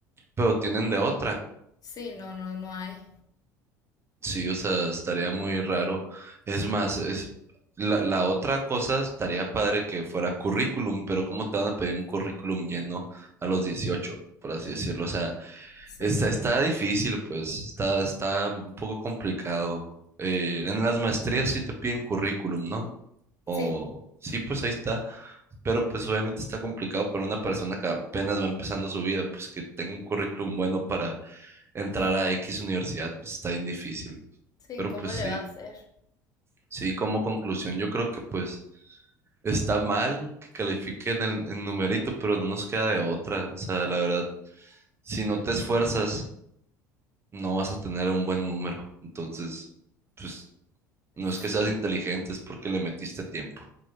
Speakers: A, on the right; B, on the left.
A: pero tienen de otra.
B: Sí, no, no, no hay.
A: Sí, o sea, estaría muy raro. Es más, es la, la otra cosa estaría padre que fuera currículum, pero ¿cómo te van a pedir un currículum lleno a los dieciocho por así decirlo? O sea,
B: Sí,
A: está, está difícil, pues, está, está un poco complicado. Eh, en las maestrías sí te piden currículum, ¿no? O
B: sí.
A: sí, pues ahí está. Pero pues obviamente está complicado para una persona que apenas va empezando su vida, pues que tenga un currículum bueno para entrar
B: Ujú.
A: a X universidad, pues está bien difícil.
B: Sí,
A: Pero
B: ¿cómo
A: pues
B: le
A: sí,
B: va a hacer?
A: sí, como conclusión, yo creo que pues está mal que califiquen el, el numerito, pero no nos queda de otra. O sea, la verdad, si no te esfuerzas, no vas a tener un buen número. Entonces, pues no es
B: Sí,
A: que seas inteligente, es porque le metiste tiempo.